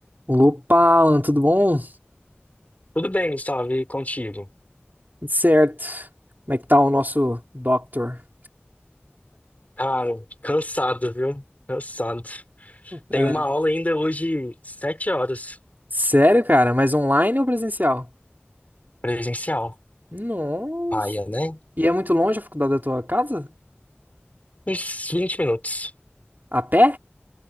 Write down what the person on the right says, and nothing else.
Opa, Alan, tudo bom?
Tudo certo. Como é que tá o nosso doctor?
É,
sério, cara? Mas online ou presencial?
Nossa.
E é muito longe a faculdade da tua casa?
A pé?